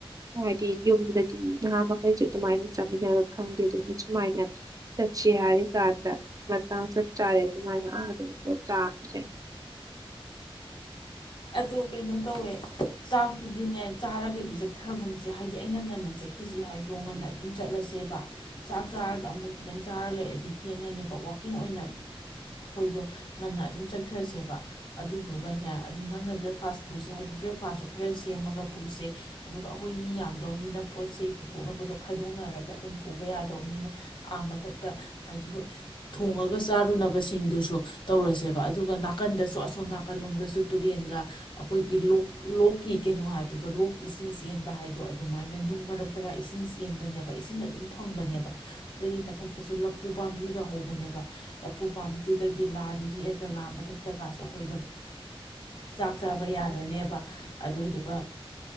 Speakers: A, on the right (about 35°); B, on the left (about 55°).
A: ꯍꯥꯏꯗꯤ ꯌꯨꯝꯗꯗꯤ ꯅꯍꯥ꯫ ꯑꯩꯈꯣꯏꯁꯦ ꯑꯗꯨꯃꯥꯏꯅ ꯆꯥꯃꯤꯟꯅꯕ ꯐꯪꯗꯦ ꯑꯗꯨꯅ ꯁꯨꯃꯥꯏꯅ ꯆꯠꯁꯤ ꯍꯥꯏꯔꯤꯀꯥꯟꯗ ꯃꯇꯥꯡ ꯆꯞ ꯆꯥꯔꯦ ꯑꯗꯨꯃꯥꯏꯅ ꯑꯥ ꯆꯥꯖꯩ꯫
B: ꯑꯗꯣ ꯀꯩꯅꯣ ꯇꯧꯋꯦ ꯆꯥꯛꯇꯨꯗꯤꯅꯦ ꯆꯥꯔꯒꯗꯤ ꯆꯠꯈ꯭ꯔꯒꯨꯝꯁꯦ ꯍꯥꯏꯗꯤ ꯑꯩꯅ ꯉꯟꯅ ꯆꯠꯈꯤꯁꯤ ꯍꯥꯏꯗꯣ ꯉꯟꯅ ꯑꯗꯨꯝ ꯆꯠꯂꯁꯦꯕ ꯆꯥꯛ ꯆꯥꯔꯒ ꯑꯃꯨꯛ ꯁꯤꯗ ꯆꯥꯔ ꯂꯩꯔꯗꯤ ꯊꯦꯡꯉꯅꯦꯕ ꯋꯥꯛꯀꯤꯡ ꯑꯣꯏꯅ ꯑꯩꯈꯣꯏꯗꯣ ꯉꯟꯅ ꯑꯗꯨꯝ ꯆꯠꯈ꯭ꯔꯁꯦꯕ ꯑꯗꯨꯗꯨꯒꯅꯦ ꯫ ꯑꯗꯨ ꯅꯪꯅ ꯕ꯭ꯔꯦꯛꯐꯥꯁ ꯄꯨꯁꯦ ꯍꯥꯏꯗꯣ ꯕ꯭ꯔꯦꯛꯐꯥꯁꯁꯨ ꯈꯔ ꯁꯦꯝꯃꯒ ꯄꯨꯁꯦ ꯑꯗꯨꯒ ꯑꯩꯈꯣꯏ ꯃꯤ ꯌꯥꯝꯗꯧꯅꯤꯅ ꯄꯣꯠ ꯆꯩ ꯄꯨꯊꯣꯛꯅꯕꯗꯣ ꯈꯥꯏꯗꯣꯛꯅꯔꯒ ꯑꯗꯨꯝ ꯄꯨꯕ ꯌꯥꯗꯧꯅꯤꯅ ꯑꯥ ꯃꯊꯛꯇ ꯍꯥꯏꯗꯤ ꯊꯣꯡꯉꯒ ꯆꯥꯔꯨꯅꯕꯁꯤꯡꯗꯨꯁꯨ ꯇꯧꯔꯁꯦꯕ ꯑꯗꯨꯒ ꯅꯥꯀꯟꯗꯁꯨ ꯑꯁꯣꯝ ꯅꯥꯀꯜ ꯂꯣꯝꯗꯁꯨ ꯇꯨꯔꯦꯟꯒ ꯑꯩꯈꯣꯏꯒꯤ ꯂꯣꯛ ꯂꯣꯛꯀꯤ ꯀꯩꯅꯣ ꯍꯥꯏꯕꯗꯣ ꯂꯣꯛꯀꯤ ꯏꯁꯤꯡ ꯆꯦꯟꯕ ꯍꯥꯏꯕꯗꯣ ꯑꯗꯨꯃꯥꯏꯅ ꯅꯨꯡ ꯃꯔꯛꯇꯒ ꯏꯁꯤꯡ ꯆꯦꯟꯕꯅꯦꯕ ꯏꯁꯤꯡ ꯑꯗꯨꯝ ꯐꯪꯕꯅꯦꯕ ꯑꯗꯨꯗꯒꯤ ꯃꯊꯛꯇꯁꯨ ꯂꯐꯨ ꯄꯥꯝꯕꯤꯒ ꯍꯧꯕꯅꯦꯕ ꯂꯐꯨ ꯄꯥꯝꯕꯤꯗꯨꯗꯒꯤ ꯂꯥꯗꯨ ꯍꯦꯛꯑꯒ ꯂꯥ ꯃꯊꯛꯇꯒꯁꯨ ꯑꯩꯈꯣꯏꯗꯣ ꯫ ꯆꯥꯛ ꯆꯥꯕ ꯌꯥꯔꯅꯦꯕ ꯑꯗꯨꯏꯗꯨꯒ